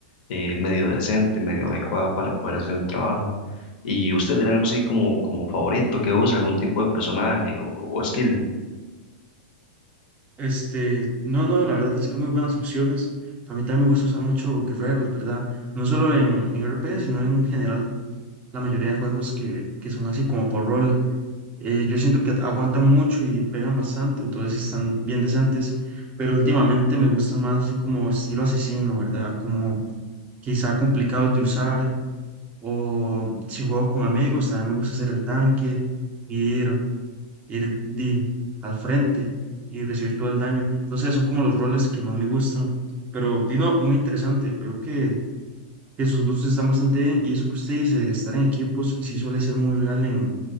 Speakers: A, on the left; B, on the right.
A: eh, medio decente, medio adecuada para poder hacer el trabajo. ¿Y usted tiene algo así como, como favorito que use, algún tipo de personaje o o skill?
B: Este, no, no, la verdad es que hay muy buenas opciones. A mí también me gusta usar mucho guerreros, ¿verdad? No solo en, en RPG, sino en general la mayoría de juegos que, que son así como por rol. Eh, yo siento que aguantan mucho y pegan bastante, entonces están bien decentes, pero últimamente me gustan más así como estilo asesino, ¿verdad? Como quizá complicados de usar, o si juego con amigos, también me gusta hacer el tanque, ir ir di, al frente y recibir todo el daño. No sé, son como los roles que más me gustan. Pero, Dino, muy interesante. Veo que, que sus gustos están bastante bien y eso que usted dice de estar en equipos sí suele ser muy real en,